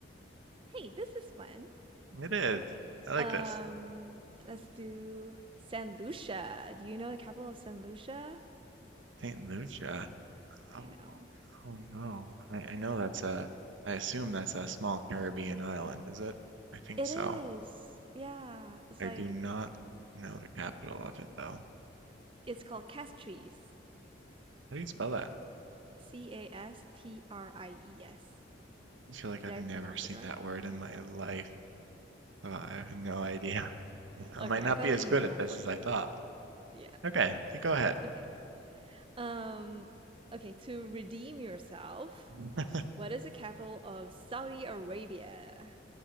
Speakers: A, on the right; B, on the right.
A: Hey, this is fun.
B: It is. I like
A: Um,
B: this.
A: let's do San Lucia. Do you know the capital of San Lucia?
B: St. Lucia. Oh,
A: I know.
B: Oh no. I, I know that's a, I assume that's a small Caribbean island, is it? I think
A: It
B: so.
A: is. Yeah. It's
B: I
A: like
B: do not know the capital of it though.
A: it's called Castries.
B: How do you spell that?
A: C A S T R I E S.
B: I feel like
A: Did
B: I've never
A: I pronounce
B: seen
A: it right?
B: that word in my life. so I have no idea. <laughs> I
A: Okay,
B: might
A: I
B: not
A: got
B: be
A: an
B: as
A: easy
B: good at
A: one
B: this
A: for
B: as
A: you.
B: I thought.
A: Yeah.
B: Okay, you go ahead.
A: Okay. Um, okay, to redeem yourself,
B: <laughs>
A: what is the capital of Saudi Arabia?